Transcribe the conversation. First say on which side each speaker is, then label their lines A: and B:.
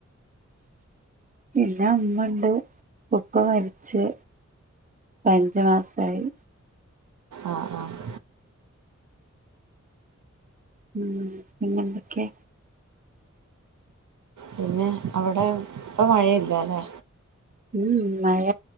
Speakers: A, on the right; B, on the right.
A: പിന്നെ അമ്മണ്ട് ഉപ്പ മരിച്ച് പ്പഞ്ച് മാസായി
B: ആഹ് ആഹ്
A: ഉം പിന്നെന്തൊക്കെ?
B: പിന്നെ അവടെ ഇപ്പം മഴയില്ല ല്ലേ?
A: ഉം ഉം മഴ